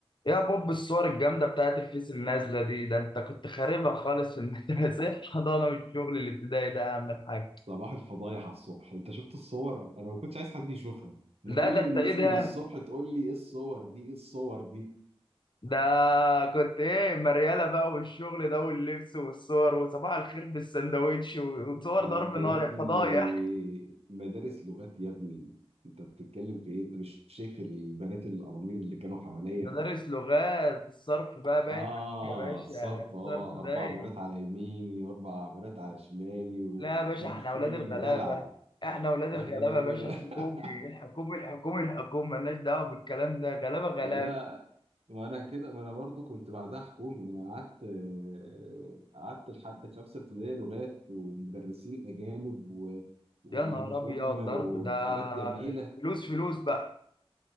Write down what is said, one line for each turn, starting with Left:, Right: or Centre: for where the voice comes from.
Left: يا بوب الصور الجامدة بتاعت الفيس النازلة دي ده انت كنت خاربها خالص في المدرسة <laughs> الحضانة والشغل الابتدائي ده يا عم الحاج
Right: صباح الفضايح على الصبح انت شفت الصور انا ما كنتش عايز حد يشوفها
Left: لا
Right: انا كل
Left: ده انت
Right: الناس
Left: ايه ده
Right: من الصبح تقول لي ايه الصور دي ايه الصور دي
Left: ده كنت ايه مريالة بقى والشغل ده واللبس والصور وصباح الخير بالسندوتش و- وصور
Right: كنت
Left: ضرب
Right: يا
Left: نار
Right: ابني
Left: يا فضايح
Right: مدارس لغات يا ابني انت بتتكلم في ايه انت مش شايف البنات القوامير اللي كانوا حواليا
Left: مدارس لغات الصرف بقى باين
Right: اه
Left: عليك يا باشا
Right: الصرف
Left: الصرف
Right: اه اربع
Left: باين
Right: بنات على يميني واربع بنات على شمالي و-
Left: لا
Right: وكان
Left: يا باشا احنا
Right: في
Left: اولاد الغلابة
Right: دلع
Left: احنا اولاد الغلابة
Right: احنا ولاد
Left: يا باشا
Right: وغلا
Left: الحكومي
Right: <laughs>
Left: الحكومي الحكومي الحكومي مالناش دعوة بالكلام ده غلابة غلابة
Right: لا ما انا كده ما انا برضو كنت بعدها حكومي انا قعدت آه، قعدت لحد خمسه ابتدائي لغات ومدرسين اجانب و... ويونيفورم
Left: يا نهار ابيض
Right: وحاجات
Left: ضرب ده
Right: جميله
Left: فلوس فلوس بقى